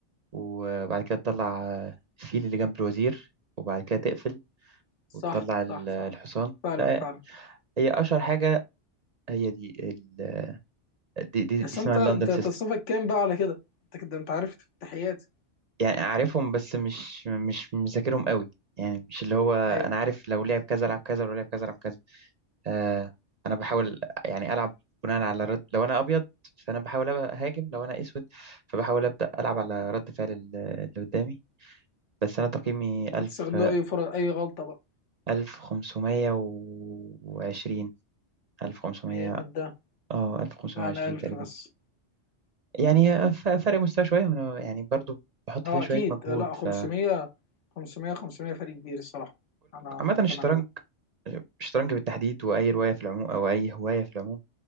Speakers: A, on the right (about 45°); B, on the left (about 80°).
A: وبعد كده تطلع الفيل اللي جنب الوزير وبعد كده تقفل
B: صح
A: وتطلع ال-
B: صح صح
A: الحصان
B: فعلا
A: لا
B: فعلا
A: هي اشهر حاجه هي دي ال... دي, دي,
B: بس
A: دي اسمها
B: انت
A: اللندن
B: انت
A: سيستم
B: تصنيفك كام بقى على كده انت كده انت عارف تحياتي
A: يعني عارفهم بس مش مش مذاكرهم قوي يعني مش اللي هو انا
B: ايوه
A: عارف لو لعب كذا لعب كذا ولو لعب كذا لعب كذا آه انا بحاول يعني العب بناء على رد لو انا ابيض فانا بحاول أبقى هاجم لو انا اسود فبحاول ابدا العب على رد فعل ال- اللي قدامي بس أنا تقييمي
B: بالظبط. وبتستغلوا
A: ألف
B: اي فرص اي غلطه بقى
A: ألف خمسمية وعشرين ألف خمسمية
B: جامد ده
A: اه ألف خمسمية
B: لا
A: وعشرين
B: انا 1000
A: تقريبا
B: بس
A: يعني ف- فرق مستوى شوية وأنا يعني برضو بحط
B: اه
A: فيها شوية
B: اكيد
A: مجهود
B: لا 500
A: فكل
B: 500 500 فرق كبير الصراحه انا
A: عامة
B: انا مقتنع
A: الشطرنج
B: بده
A: الشطرنج بالتحديد وأي رواية في العموم أو أي هواية في العموم